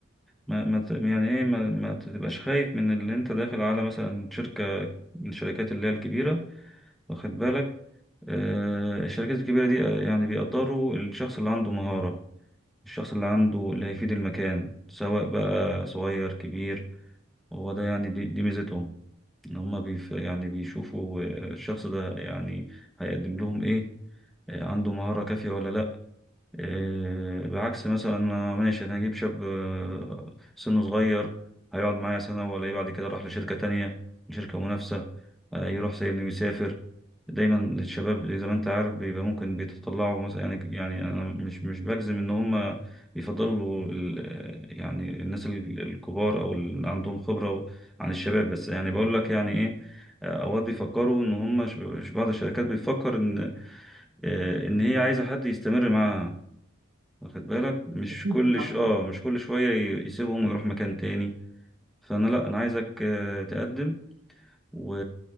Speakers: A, in the centre; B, on the right.
A: ما, ما ت- يعني ايه ما, ما تبقاش خايف من اللي انت داخل على مثلا شركة من الشركات اللي هي الكبيرة واخد بالك آه الشركات الكبيرة دي آه، يعني بيقدروا الشخص اللي عنده مهارة الشخص اللي عنده اللي هيفيد المكان سواء بقى صغير كبير هو ده يعني دي, دي ميزتهم ان هم بيف يعني بيشوفوا آه، الشخص ده يعني هيقدم لهم ايه آه، عنده مهارة كافية ولا لا إيه، بعكس مثلا ما- ماشي انا هجيب شاب آه، سنه صغير هيقعد معايا سنة ولا إيه، بعد كده راح لشركة تانية لشركة منافسة آه، يروح سايبني ويسافر دايما الشباب زي ما انت عارف بيبقى ممكن بيتطلعوا مثلا يعني يعني انا مش مش بجزم ان هم بيفضلوا ال- آه، يعني الناس ال- الكبار او اللي عندهم خبرة و- عن الشباب بس يعني بقول لك يعني ايه آه، اوقات بيفكروا ان هم ش- ش- بعض الشركات بيفكر ان آه، ان هي عايزة حد يستمر معاها واخد بالك مش
B: أكيد
A: كل
B: أنت عندك
A: ش... اه مش كل شوية ي- يسيبهم ويروح مكان تاني فانا لا انا عايزك آه، تقدم و...